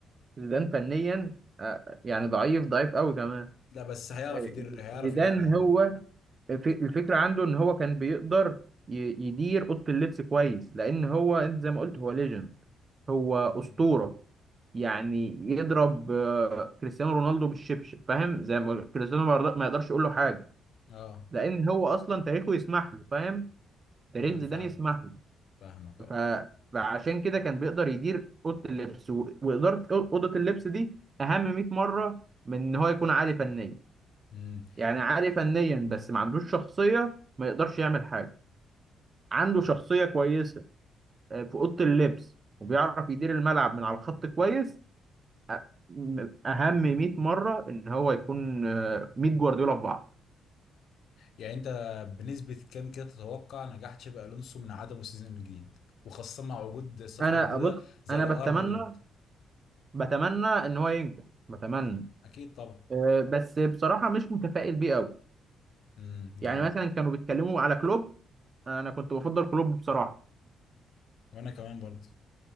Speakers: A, on the right; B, on the left.
A: زيدان فنيا آه يعني ضعيف ضعيف قوي كمان
B: لا بس هيعرف
A: آه،
B: يدير هيعرف
A: زيدان
B: يدير العيال
A: هو
B: دي
A: الف- الفكرة عنده إن هو كان بيقدر ي- يدير أوضة اللبس كويس لأن هو أنت زي ما قلت هو ليجند هو
B: مم.
A: أسطورة يعني يضرب آه، كريستيانو رونالدو بالشبشب فاهم زي ما كريستيانو ما يقدر- ما يقدرش يقول له حاجة
B: اه
A: لأن هو أصلا تاريخه يسمح له فاهم تاريخ
B: امم
A: زيدان
B: فاهم
A: يسمح له
B: فاهمك اه
A: ف... فعشان كده كان بيقدر يدير أوضة اللبس و- وإدارة أو- أوضة اللبس دي أهم 100 مرة من إن هو يكون عالي فنيا
B: امم
A: يعني عالي فنيا بس ما عندوش شخصية ما يقدرش يعمل حاجة عنده
B: طب
A: شخصية كويسة آه، في أوضة اللبس وبيعرف يدير الملعب من على الخط كويس أ- م- أهم 100 مرة إن هو يكون آه، 100 جوارديولا في بعض
B: يعني انت بنسبة كام كده تتوقع نجاح تشابي الونسو من عدمه السيزون الجديد وخاصة مع وجود صفقة
A: أنا
B: جديدة
A: بص
B: زي
A: أنا بتمنى
B: ارنولد
A: بتمنى إن هو ينجح بتمنى
B: اكيد طبعا
A: آه، بس بصراحة مش متفائل بيه أوي
B: امم
A: يعني
B: جميل
A: مثلا كانوا بيتكلموا على كلوب أنا كنت بفضل كلوب بصراحة
B: وانا كمان برضه